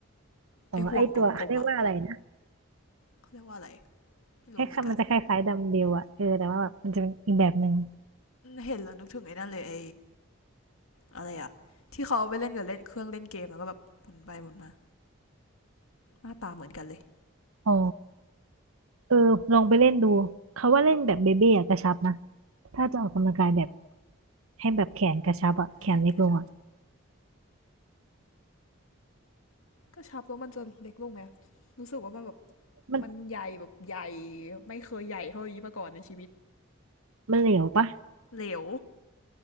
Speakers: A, on the right (about 80°); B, on the left (about 80°).
A: อ๋อไอตัวเขาเรียกว่าอะไรนะ
B: ไอห่วงกลมๆอ่ะเขาเรียกว่าอะไรไม่รู้เหมือนกัน
A: แคคล้ายๆมันจะคล้ายๆดัมเบลอะเออแต่ว่าแบบมันจะเป็นอีกแบบหนึ่ง
B: เห็นแล้วนึกถึงไอ้นั่นเลยไออะไรอ่ะที่เขาาไปเล่นกับเล่นเครื่องเล่นเกมแล้วก็แบบหมุนไปหมุนมาหน้าตาเหมือนกันเลย
A: อ๋อเออลองไปเล่นดูเขาว่าเล่นแบบเบเบ้อะกระชับนะถ้าจะออกกำลังกายแบบให้แบบแขนกระชับอะแขนเล็กลงอะ
B: แคทก็ชอบ กระชับแล้วมันจะเล็กลงไหมรู้สึกว่ามันแบบ
A: มัน
B: มันใหญ่แบบใหญ่ไม่เคยใหญ่เท่านี้มาก่อนในชีวิต
A: มันเหลวปะ
B: เหลว